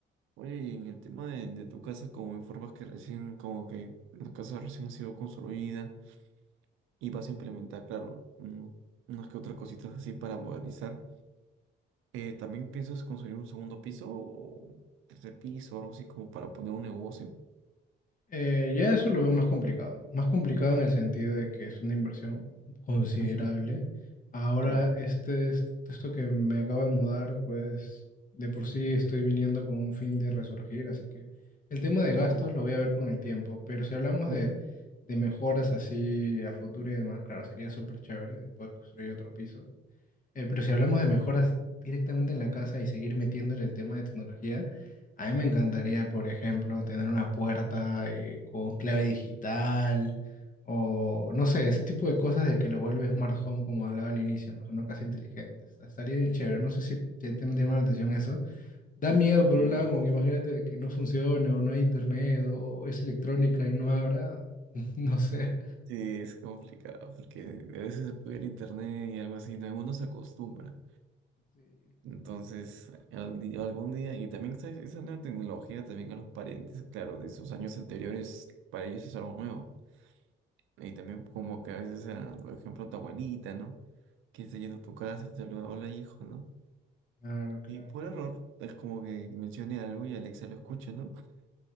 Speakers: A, on the right; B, on the left.
A: Oye, y en el tema de, de tu casa, como informas que recién, como que la casa recién ha sido construida y vas a implementar, claro, un- unas que otras cositas así para modernizar, eh, ¿también piensas construir un segundo piso o tercer piso, algo así como para poner un negocio?
B: Eh, ya eso lo veo más complicado. Más complicado en el sentido de que es una inversión considerable.
A: Ujú,
B: Ahora,
A: Claro,
B: este, es- esto que me acabo de mudar, pues de por sí estoy viniendo con un fin de resurgir, así que el tema de
A: claro.
B: gastos lo voy a ver con el tiempo. Pero si hablamos
A: ujú.
B: de, de mejoras así a futuro y demás, claro, sería súper chévere poder construir otro piso. Eh, pero si hablamos de mejoras directamente en la casa y seguir metiéndole el tema de tecnología, a mí me encantaría, por ejemplo, tener una puerta eh, con clave digital o no sé, ese tipo de cosas de que lo vuelve Smart Home, como hablaba al inicio, ¿no? Son una casa inteligente. Está- Estaría bien chévere. No sé si te, te llama la atención eso. Da miedo, por
A: Bien.
B: un lado, como que imagínate que no funcione o no hay internet o es electrónica y no habrá. <laughs> No sé.
A: Sí, es complicado porque a veces se puede ir a internet y algo así, no, uno se acostumbra.
B: Sí,
A: Entonces, al di- algún día, y también esa, esa nueva tecnología también a los parientes, claro, de sus años anteriores, para ellos es algo nuevo. Y también como que a veces, ah, por ejemplo, tu abuelita, ¿no? Que está yendo a tu casa, te saluda, hola hijo, ¿no?
B: Claro, claro,
A: Y por error,
B: claro.
A: es como que mencione algo y Alexa lo escucha, ¿no? <laughs>